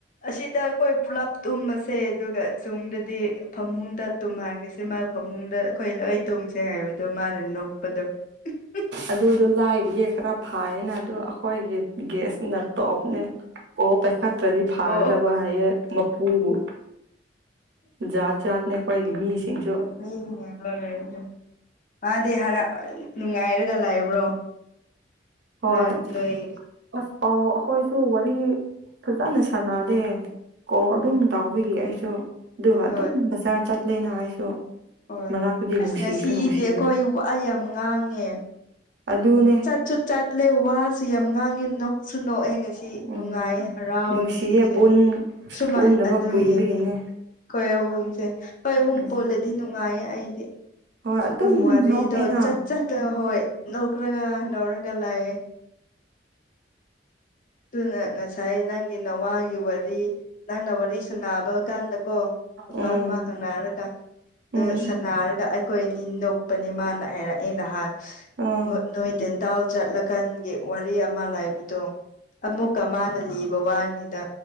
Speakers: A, on the left (about 45°); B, on the right (about 70°).
A: ꯑꯁꯤꯗ ꯑꯈꯣꯏ ꯄꯨꯂꯞ ꯇꯨꯝꯃꯁꯦ ꯑꯗꯨꯒ ꯆꯨꯡꯗꯗꯤ ꯐꯃꯨꯡꯗ ꯇꯨꯝꯍꯟꯒꯦꯁꯦ ꯃꯥꯏ ꯐꯍꯨꯡꯗ ꯑꯩꯈꯣꯏ ꯂꯣꯏ ꯇꯨꯝꯁꯦ ꯍꯥꯏꯕꯗꯣ ꯃꯥꯅ ꯅꯣꯛꯄꯗꯣ ꯎꯝ ꯍꯝ
B: ꯑꯗꯨꯗꯣ ꯂꯥꯏꯔꯤꯌꯦ ꯈꯔ ꯐꯥꯏꯌꯦꯅ ꯑꯗꯨ ꯑꯈꯣꯏꯒꯤ ꯒꯦꯁ ꯅ ꯇꯣꯞꯅꯦ ꯑꯣ ꯄꯩ ꯈꯇ꯭ꯔꯗꯤ ꯐꯥꯒꯗꯕ
A: ꯑꯣ
B: ꯍꯥꯏꯌꯦ ꯄꯨꯕꯨ ꯖꯥꯠ ꯖꯥꯠꯅꯦ ꯑꯩꯈꯣꯏꯒꯤ ꯃꯤꯁꯤꯡꯁꯨ
A: ꯎꯝ ꯍꯔ <unintelligible> ꯃꯥꯗꯤ ꯍꯥꯏꯔ ꯅꯨꯡꯉꯥꯏꯔꯒ ꯂꯩꯕ꯭ꯔꯣ
B: ꯍꯣꯏ
A: ꯅꯪ ꯅꯣꯏ
B: ꯑꯁ ꯄꯥꯎ ꯑꯩꯈꯣꯏꯁꯨ ꯋꯥꯔꯤ ꯐꯖꯅ ꯁꯥꯟꯅꯗꯦ ꯀꯣꯜ
A: ꯎꯝ
B: ꯑꯗꯨꯝ ꯇꯥꯎꯕꯤꯌꯦ ꯑꯩꯁꯨ ꯑꯗꯨꯒ
A: ꯍꯣꯏ
B: ꯑꯗꯨꯝ
A: ꯍꯣꯏ
B: ꯕꯖꯥꯔ ꯆꯠꯂꯦꯅ ꯑꯩꯁꯨ
A: ꯍꯣꯏ
B: ꯃꯔꯛꯇꯗꯤ
A: ꯑꯁ
B: ꯅꯨꯡꯁꯤꯁꯨ
A: ꯉꯁꯤꯗꯤ
B: ꯅꯨꯡꯁꯤꯌꯦ
A: ꯑꯩꯈꯣꯏ ꯋꯥ ꯌꯥꯝ ꯉꯥꯡꯉꯦ
B: ꯑꯗꯨꯅꯦ
A: ꯆꯠꯁꯨ ꯆꯠ ꯎꯠꯂꯦ ꯋꯥꯁꯨ ꯌꯥꯝ ꯉꯥꯡꯉꯦ ꯅꯣꯛꯁꯨ-ꯅꯣꯛꯑꯦ ꯉꯁꯤ
B: ꯎꯝ
A: ꯅꯨꯡꯉꯥꯏꯌꯦ ꯍꯔꯥꯎꯦ
B: ꯅꯨꯡꯁꯤꯌꯦ
A: ꯉꯁꯤꯁꯦ
B: ꯄꯨꯟ
A: ꯁꯨꯃꯥꯏ
B: ꯄꯨꯟꯗꯕ
A: ꯑꯗꯨꯏꯅꯤꯅꯦ
B: ꯀꯨꯏꯕꯒꯤꯅꯦ
A: ꯑꯈꯣꯏ ꯑꯍꯨꯝꯖꯦ ꯑꯍꯣꯏ ꯑꯍꯨꯝ
B: ꯎꯝ
A: ꯄꯨꯜꯂꯗꯤ ꯅꯨꯡꯉꯥꯏꯌꯦ ꯑꯩꯗꯤ
B: ꯍꯣꯏ
A: ꯑꯗꯨꯝ ꯋꯥꯔꯤꯗꯣ
B: ꯅꯣꯛꯑꯦꯅ
A: ꯆꯠ ꯆꯠꯇ ꯍꯣꯏ ꯅꫭ ꯈ꯭ꯔꯒ ꯅꯣꯔꯒ ꯂꯩꯑꯦ ꯑꯗꯨꯅ ꯉꯁꯤ ꯉꯁꯥꯏ ꯅꯪꯒꯤ ꯅꯋꯥꯒꯤ ꯋꯥꯔꯤ ꯅꯪꯅ ꯋꯥꯔꯤ ꯁꯥꯟꯅꯕ ꯀꯥꯟꯗ ꯀꯣ ꯅꯨꯄꯥ
B: ꯎꯝ
A: ꯑꯃ ꯀꯪꯅꯔꯒ ꯑꯗꯨ
B: ꯎꯝ
A: ꯁꯟꯅꯥꯔ ꯗ ꯑꯩꯈꯣꯏ ꯑꯅꯤ ꯅꯣꯛꯄꯅꯦ ꯃꯥꯅ ꯍꯥꯏꯔꯛꯑꯦ ꯅꯍꯥꯟ
B: ꯑꯥ
A: ꯅꯣꯏ-ꯅꯣꯏ ꯗꯦꯟꯇꯥꯜ ꯆꯠꯂꯀꯥꯟꯒꯤ ꯋꯥꯔꯤ ꯑꯃ ꯂꯥꯏꯕꯗꯣ ꯑꯃꯨꯛꯀꯥ ꯃꯥꯅ ꯂꯤꯕ ꯋꯥꯅꯤꯗ